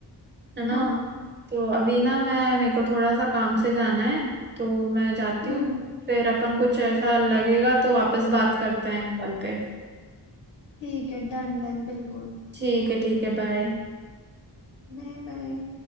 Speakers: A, on the right (about 25°); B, on the left (about 80°).
A: है ना
B: हाँ
A: तो अभी ना मैं मेरे को थोड़ा सा काम से जाना है तो मैं जाती
B: हम्म
A: हूँ फिर अपन कुछ ऐसा लगेगा तो वापस बात करते हैं कॉल पे
B: ठीक है डन डन बिल्कुल
A: ठीक है ठीक है बाय
B: Bye bye